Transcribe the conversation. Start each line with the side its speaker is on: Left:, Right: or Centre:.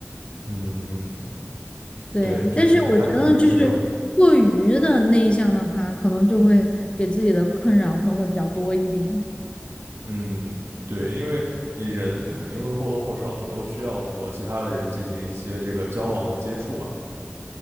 Right: 嗯，
Left: 对，
Right: 对，就是他肯定是有，
Left: 但是我觉得就是过于的内向的话，可能就会给自己的困扰可能会比较多一点。
Right: 嗯，对，因为你人肯定会或多或少的都需要和其他的人进行一些这个交往和接触嘛。